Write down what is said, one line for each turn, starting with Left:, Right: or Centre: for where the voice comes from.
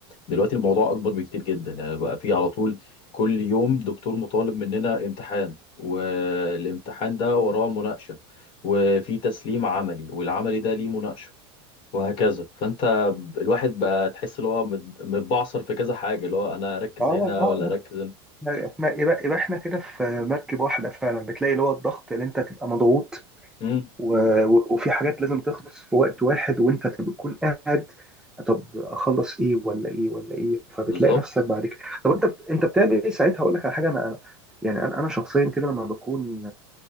Left: دلوقتي الموضوع اكبر بكتير جدا يعني بقى في على طول كل يوم دكتور مطالب مننا امتحان والامتحان ده وراه مناقشة وفي تسليم عملي والعملي ده ليه مناقشة وهكذا فانت ب- الواحد بقى تحس ان هو مت- متبعصر في كذا حاجه اللي هو انا اركز
Centre: اه
Left: هنا
Centre: اه
Left: ولا اركز هنا
Centre: احنا يبقى, يبقى احنا كده في مركب واحدة فعلا بتلاقي اللي هو الضغط اللي انت تبقى مضغوط
Left: امم
Centre: و... و- وفي حاجات لازم تخلص في وقت واحد وانت تكون قاعد طب اخلص ايه ولا ايه ولا ايه فبتلاقي
Left: بالظبط
Centre: نفسك بعد كده طب انت بت- انت بتعمل ايه ساعتها اقول لك على حاجة انا انا يعني انا انا شخصيا كده لما بكون